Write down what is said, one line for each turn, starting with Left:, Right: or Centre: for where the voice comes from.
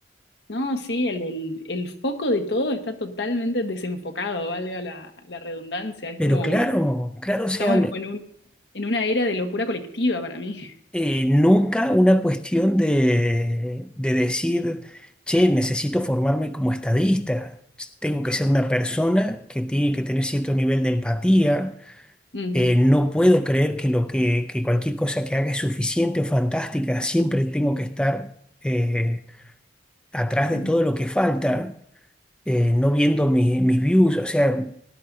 Left: No, sí, el, el- el foco de todo está totalmente desenfocado, valga la, la redundancia. Es
Centre: Pero
Left: como,
Centre: claro, claro, o
Left: estamos
Centre: sea,
Left: como en un, en una era de locura colectiva para mí.
Centre: eh, nunca una cuestión de, de decir, che, necesito formarme como estadista, tengo que ser una persona que tiene que tener cierto nivel de empatía,
Left: <laughs> Ujú,
Centre: eh, no puedo creer que, lo que, que cualquier cosa que haga es suficiente o fantástica, siempre tengo que estar eh, atrás de
Left: ujú,
Centre: todo lo que falta, eh, no viendo
Left: sí,
Centre: mi- mis views, o sea